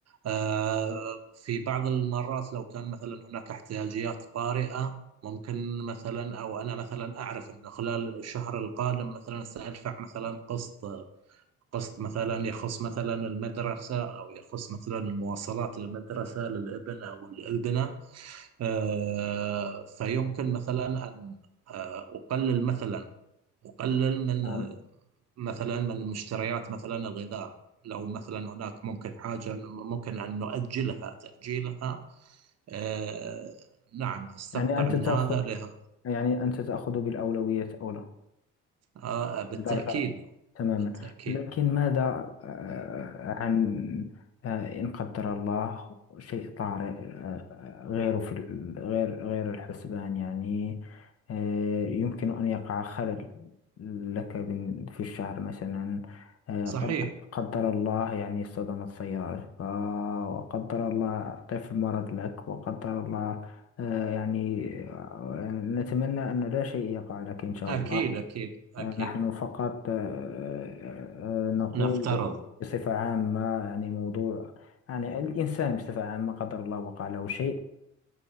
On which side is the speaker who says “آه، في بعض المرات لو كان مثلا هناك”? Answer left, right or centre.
Right